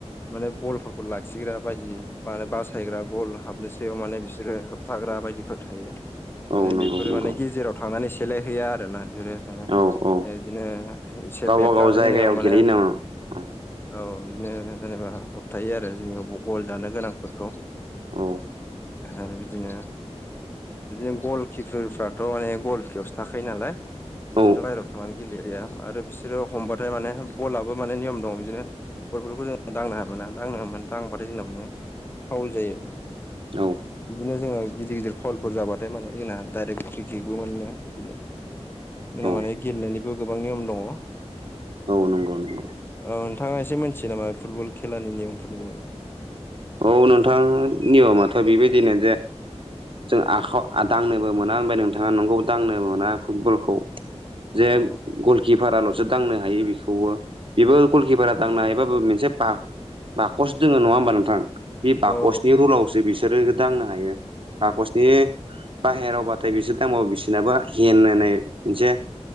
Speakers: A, on the left; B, on the right.
A: माने बलफोरखौ लाखिग्रा बायदि माने बासायग्रा गल हाबनो सायाव माने बिसोरो हाग्रा बायदिफोर थायो।
B: औ नंगौ।
A: बेफोरो
B: नंगौ
A: माने गेजेराव थांनानै सेलायहैया आरो ना बेफोरो ओ
B: औ औ
A: बिदिनो एसे
B: गावबा
A: बेट
B: गाव
A: गा
B: जायगायाव
A: जोंनियाव माने
B: गेलेयो नामा औ
A: औ बिदिनो जेनेबा होबथायो आरो जोंनियाव गल जानो गोनांफोरखौ
B: औ औ
A: आरो बिदिनो बिदिनो गल किकुरफ्राथ' माने गलफयावसो थाखायो नालाय बिसोरथ'
B: औ
A: बायेरायाव थांनानै गेलेया आरो बिसोरो हमबाथाय माने बलाबो माने नियम दं बिदिनो फुटबलखौ जोङो दांनो होना दांनो ह दांबाथाय जोंना माने फाउल जायो
B: औ
A: बिदिनो जोङो गिदिर गिदिर फाउलफोर जाबाथाय माने जोंना दडाइरेक्ट फ्रि किक्कबो मोनो बिदिनो जोंना
B: औ
A: माने गेलेनायनिबो गोबां नियम दङ
B: औ नंगौ नंगौ
A: औ नोंथाङा एसे मिथियो नामा फुटबल खेलानि नियमफोरनि बारै
B: औ नोंथां नियमाथ' बेबायदिनो जे जों आखायाव दांनो बो मोना‌ होनबाय नोंथाङा नंगौ मोना फुटबलखौ जे
A: ओ
B: गुल किपाराल'सो दांनो हायो बेखौबो बेबो गलकिपारा दांनो हायो बाबो मोनसे बा बाकस दोङ नङा हबा नोंथां बे बाकसनि
A: ओ
B: रुलावसो बिसोर बिसोरो दांनो हायो बाखसनि बाहेरावबाथाय बिसोर दांबाबो बिसिनाबो हेन होननाय मोनसे